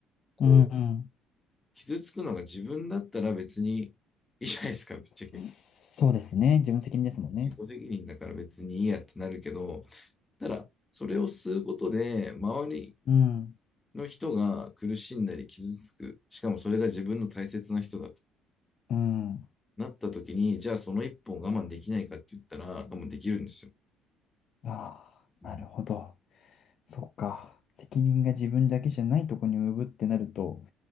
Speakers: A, on the left; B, on the left.
A: こう、
B: うん、うん。
A: 傷つくのが自分だったら別にいいじゃないですか、ぶっちゃけ。
B: そうですね。自分責任ですもんね。
A: 自己責任だから別にいいやってなるけど、ただ、それを吸うことで、周り
B: うん、
A: の人が苦しんだり傷つく、しかもそれが自分の大切な人だと
B: うん。
A: なったときに、じゃあその一本我慢できないかって言ったら、我慢できるんですよ。
B: ああ、
A: うん。
B: なるほど。そっか。責任が自分だけじゃないとこに及ぶってなると、